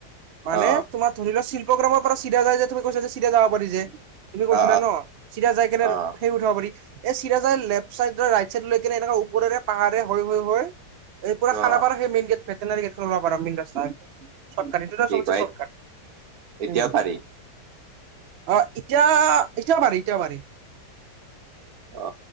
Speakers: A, on the right (about 85°); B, on the right (about 65°).
A: মানে
B: অ
A: তোমাৰ ধৰি লোৱা শিল্পগ্ৰামৰ পৰা চিধা যায় যে তুমি কৈছা যে চিধা যাব পাৰি যে। তুমি কৈছিলা
B: অ অ
A: ন চিধা যাই কেনে
B: অ অ
A: সেই। যাব পাৰি এই চিধাজাই লেফ্ট চাইড ৰাইট চাইড লৈ কেনে এনেকুৱা ওপৰেৰে পাহাৰে হয় হৈ হৈ হৈ, এই পুৰা খানা
B: অ
A: পাৰা সেই মেইন গেট ভেটেনাৰী গেটখন ওলাব পাৰা আৰু মেন ৰাস্তাই চৰ্ত কাটিং। সেইটো
B: কি
A: চবতছে
B: কয়
A: চৰ্টকাট
B: এতিয়াও
A: উম।
B: পাৰি
A: অ এতিয়া এতিয়াও পাৰি এতিয়াও পাৰি।
B: অ